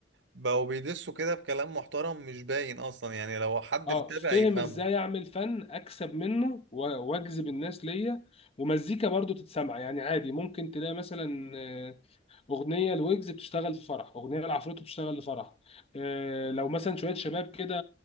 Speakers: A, on the right; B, on the left.
A: بقوا بيدسوا كده بكلام محترم مش باين اصلا يعني لو حد
B: اه
A: متابع
B: فهم
A: يفهمه
B: ازاي اعمل فن اكسب منه و- واجذب الناس ليا ومزيكا برضو تتسمع يعني عادي ممكن تلاقي مثلا آه، اغنيه الويجز بتشتغل في فرح اغنيه العفروتو بتشتغل لفرح إيه لو مثلا شويه شباب كده